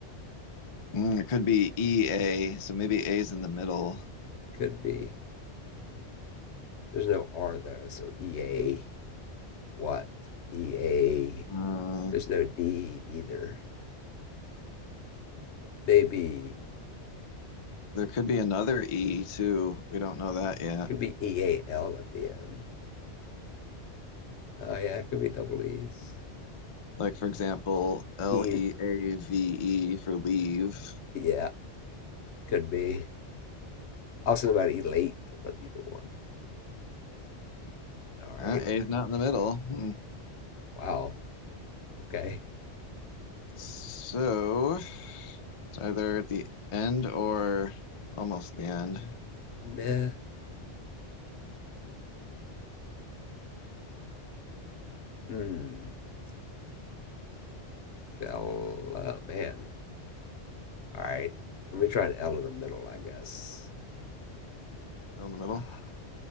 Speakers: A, on the left; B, on the left.
A: Mm, it could be E A, so maybe A is in the middle.
B: Could be. There's no R though, so E A. What? E A.
A: Uh,
B: There's no D either. Maybe
A: there could be another E too. We don't know that yet.
B: could be E A L at the end. Oh yeah, it could be double E's.
A: Like for example, L
B: E.
A: E A V E for leave.
B: Yeah, Could be. I was thinking about elate, but either one. All right.
A: Uh, a is not in the middle. Hmm.
B: Wow. Okay.
A: So it's either at the end or almost the
B: Yeah.
A: end.
B: Me, mel, mm, fella, man. All right. Let me try an L in the middle, I guess.
A: Still in the middle.
B: Ah,